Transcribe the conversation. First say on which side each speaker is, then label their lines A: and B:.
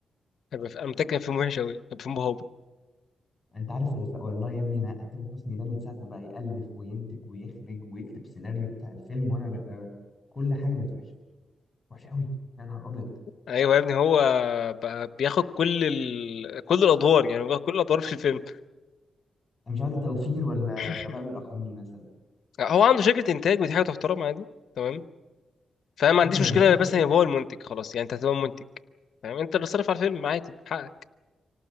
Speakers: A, on the left; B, on the left.
A: هيبقى في- انا متأكد إن فيلم وحش أوي هيبقى فيلم هابط
B: انت عارف الافلام والله يا ابني انا تامر حسني ده من ساعه ما بقى يالف وينتج ويخرج ويكتب سيناريو بتاع الفيلم وانا ببقى كل حاجه بقت وحشه وحشه قوي يا نهار ابيض
A: ايوه يا ابني هو بقى بياخد كل ال... كل الادوار يعني بياخد كل الادوار في الفيلم
B: انا مش عارف ده توفير ولا
A: <laughs>
B: غباء من الاخرين مثلا
A: هو عنده شركة انتاج ودي حاجة تحترم عادي تمام فاهم ما
B: ايوه
A: عنديش
B: ما
A: مشكله
B: هي انتاج
A: بس
B: فاشل
A: يبقى هو المنتج خلاص يعني انت هتبقى المنتج فاهم انت اللي صرف على الفيلم عادي حقك